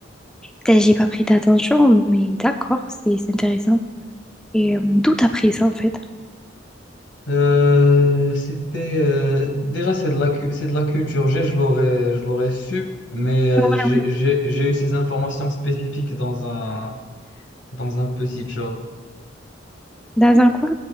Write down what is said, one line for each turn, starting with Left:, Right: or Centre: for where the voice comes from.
Centre: peut-être j'ai pas prêté attention, mais d'accord, c'est c'est intéressant. Et euh, d'où t'as pris ça en fait?
Left: Euh, c'était euh, déjà c'est de la cu- c'est de la culture G, je l'aurais je l'aurais su, mais euh,
Centre: Ouais.
Left: j'ai j'ai- j'ai eu ces informations spécifiques dans un dans un petit job,
Centre: Dans un coin?